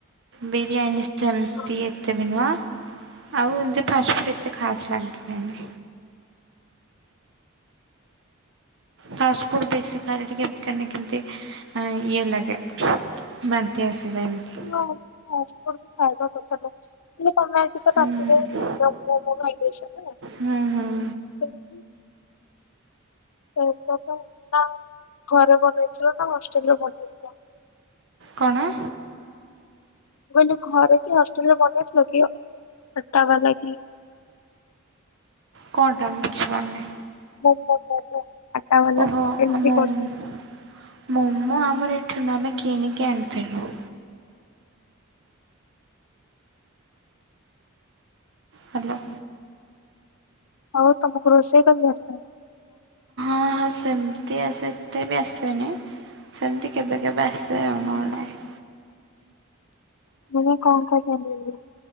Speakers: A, on the right; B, on the left.
A: biryani ସେମତି
B: ହଁ
A: ଏତେ ବି ନୁହଁ। ଆଉ ଏମିତି ଫାଷ୍ଟଫୁଡ଼୍ ଏତେ ଖାସ୍ ଲାଗିଲାନି। ଫାଷ୍ଟଫୁଡ ବେଶୀ ଖାଇଲେ ଟିକେ କାନି କେମିତି ଇଏ ଲାଗେ ବାନ୍ତି ଆସିଯାଏ ଏମିତି।
B: ତମେ ଫାଷ୍ଟଫୁଡ୍ ଖାଇବା କଥା ନୁହେଁ। ତମେ ଆଇଚ ତ
A: ହୁଁ
B: ରାତିରେ <unintelligible>
A: ହୁଁ ହୁଁ
B: <unintelligible> ତ କ ପାଇଁ ନା ଘରେ ବନେଇଥିଲ ନା ହଷ୍ଟେଲ ରେ ବନେଇଥିଲ?
A: କଣ?
B: ମୁଁ କହିଲି ଘରେ କି ହଷ୍ଟେଲରେ ବନେଇଥିଲ କି ସେଟା ହବା ଲାଗି?
A: କଣ ଟା ବୁଝିପାରୁନାହିଁ?
B: <unintelligible> ବାଲା
A: ଓହୋ
B: ଏମିତି
A: ଆମେ
B: କରୁଥିଲ
A: <unintelligible> ମୋମୋ ଆମର ଏଠୁ ନୁହଁ ଆମେ କିଣିକି ଆଣିଥିଲୁ। ହ୍ୟାଲୋ।
B: ହଉ ତମକୁ ରୋଷେଇ କରି ଆସେ?
A: ହଁ, ହଁ ସେମତି ଆସେ ଏତେ ବି ଆସେନି। ସେମିତି କେବେ କେବେ ଆସେ ଆଉ ନଅ ହେଲେ ନାହିଁ।
B: <unintelligible>